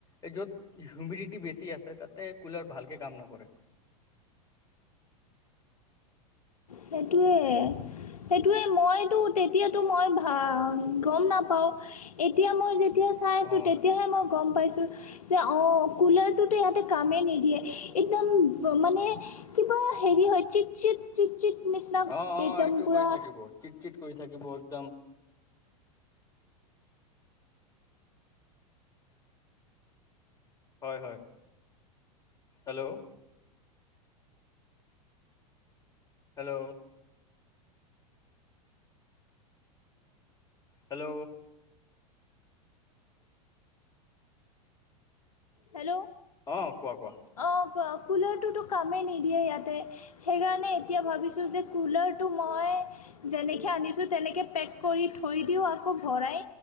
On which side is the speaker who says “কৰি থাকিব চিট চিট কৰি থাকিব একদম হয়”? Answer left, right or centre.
Left